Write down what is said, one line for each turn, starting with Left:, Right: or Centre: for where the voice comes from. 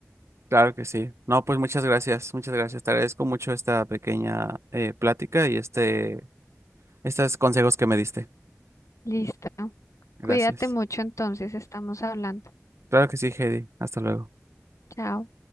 Right: Claro que sí. No, pues muchas gracias, muchas gracias. Te agradezco mucho esta pequeña eh, plática y este estos consejos que me diste.
Left: Listo.
Right: Gracias.
Left: Cuídate mucho entonces, estamos hablando.
Right: Claro que sí, Heidi. Hasta luego.
Left: Chao.